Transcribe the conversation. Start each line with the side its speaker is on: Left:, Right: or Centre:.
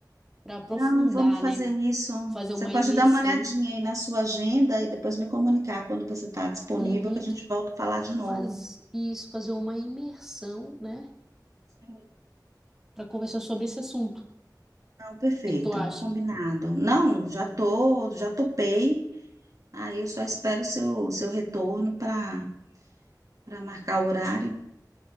Centre: para aprofundar,
Right: não, vamos fazer
Centre: né?
Right: isso.
Centre: Fazer
Right: Você
Centre: uma
Right: pode
Centre: imersão.
Right: dar uma olhadinha aí na sua agenda e depois me comunicar quando você está disponível,
Centre: Uhum.
Right: que a gente volta a falar de novo.
Centre: Faz isso, fazer uma imersão, né?
Right: Sim,
Centre: para conversar sobre esse assunto. O
Right: não, perfeito,
Centre: que que tu acha?
Right: combinado. Não, já tô, já topei. Aí eu só espero o seu, seu retorno para para marcar o horário.